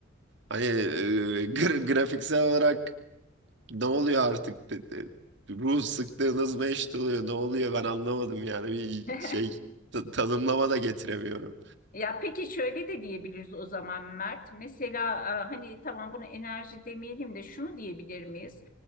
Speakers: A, on the right; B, on the left.
A: Hani e, <laughs> gra- grafiksel olarak ne oluyor artık? De, de- ruh sıklığınız mı eşit oluyor? Ne oluyor? Ben anlamadım yani bir
B: <laughs>
A: şey ta- tanımlama da getiremiyorum.
B: Ya peki şöyle de diyebiliriz o zaman Mert. Mesela e, hani tamam bunu enerji demeyelim de şunu diyebilir miyiz?